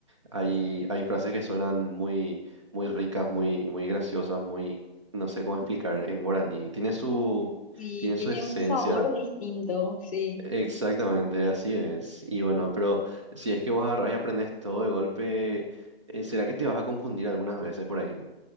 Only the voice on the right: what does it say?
hay, hay frases que suenan muy, muy ricas, muy, muy graciosas, muy, no sé cómo explicar en guaraní. Tiene su,
tiene
su esencia.
Exactamente,
así es. Y bueno, pero si es que vos agarrás y aprendes todo de golpe, eh, ¿será que te vas a confundir algunas veces por ahí?